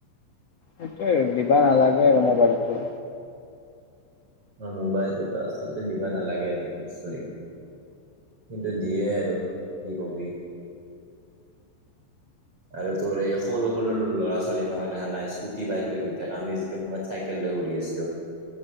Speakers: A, on the left (about 70°); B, on the right (about 35°).
A: সেইটোয়ে দিবা নালাগে আৰু মোবাইলটো।
B: অ মোবাইলটো ত আচলতে দিবা নালাগে আজিকালি চলিক। কিন্তু দিয়ে আৰু কি কবি। আৰু তোৰ এই সৰু সৰু ল'ৰা ছোৱালী মাহক দেখা নাই স্কুটি বাইক লৈ ঘূৰি থাকে আমি যিটো সময়ত চাইকেল লৈ ঘূৰি কে আছিলো।